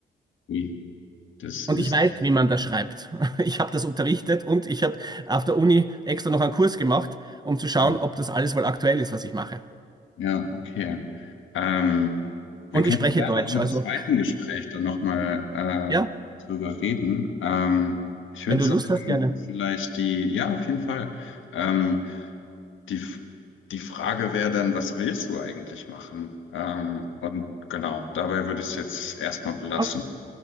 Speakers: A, on the left; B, on the right.
A: wie das
B: Und
A: ist.
B: ich weiß, wie man das schreibt. <laughs> Ich habe das unterrichtet und ich habe auf der Uni extra noch einen Kurs gemacht, um zu schauen,
A: Ja,
B: ob das alles wohl aktuell ist, was ich mache.
A: ja okay. Ähm, wir
B: Und
A: können
B: ich spreche
A: gerne
B: Deutsch.
A: in einem
B: Also,
A: zweiten Gespräch dann nochmal
B: ja,
A: äh, drüber reden. Ähm, ich würde
B: wenn du
A: sagen,
B: Lust hast, gerne.
A: vielleicht die, ja, auf jeden Fall. Ähm, die, F- die Frage wäre dann, was willst du eigentlich machen? Ähm, und genau, dabei würde ich es jetzt erstmal belassen.
B: Passt.